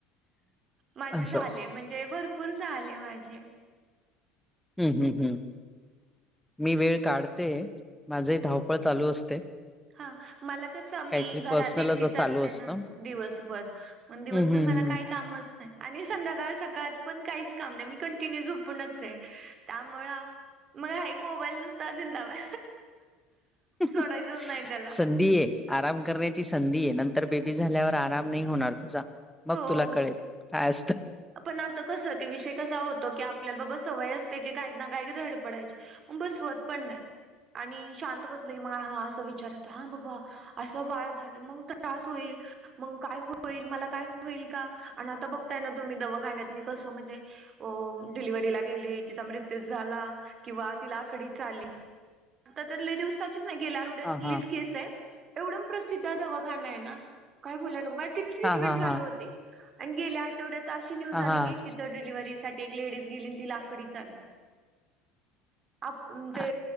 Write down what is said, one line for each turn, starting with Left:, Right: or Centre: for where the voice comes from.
Right: माझे
Centre: असं
Right: झाले म्हणजे भरपूर झाले माझे
Centre: हम्म हम्म हम् मी वेळ काढते. माझे धावपळ चालू असते.
Right: हा मला कसं
Centre: काहीतरी
Right: मी घरात
Centre: पर्सनलच
Right: एकटीच असते
Centre: चालू असतं.
Right: ना दिवसभर मग दिवसभर
Centre: हम्म हम्म
Right: मला
Centre: हम्म.
Right: काय कामच नाही आणि संध्याकाळ सकाळ पण काहीच काम नाही मी कंटिन्यू झोपूनच आहे त्यामुळ मग हाई मोबाईल नुसता जिंदाबाद
Centre: हम
Right: सोडायचंच
Centre: हम
Right: नाही त्याला
Centre: संधीये आराम करण्याची संधी ये नंतर बेबी झाल्यावर आराम नाही होणार तुझा. मग
Right: हो
Centre: तुला कळेल काय असतं.
Right: पण आता कसं ते विषय कसा हो तो की आपल्या ब ब सवय असते की काही ना काय की धड पडायची मग बसवत पण नाही. आणि शांत बसलं की म हा हा असं विचार येतो. हा बाबा असं बाळ झालं, मग त्रास होईल मग काय होईल मला काय हो होईल का आणि आता बघताय ना तुम्ही दवाखाण्यात मी कस म्हणजे अ डिलिव्हरीला गेली तिचा मृत्यू झाला किंवा तिला आकडीच आली. आता तर लई दिवसाचीच नाही गेल त्यातलीच
Centre: हा हा
Right: केस आहे. एवढा प्रसिद्ध दवाखाना ये ना! काय बोलायलो नको बाई तिथली
Centre: हा
Right: ट्रिटमेंट
Centre: हा हा
Right: आणि गेल्या आठवड्यात तर अशी न्यूज आलीकी
Centre: हा
Right: तिथं डिलिव्हरीसाठी एक लेडीज गेली ती लाकडी चाल <unintelligible> आपण ते
Centre: हा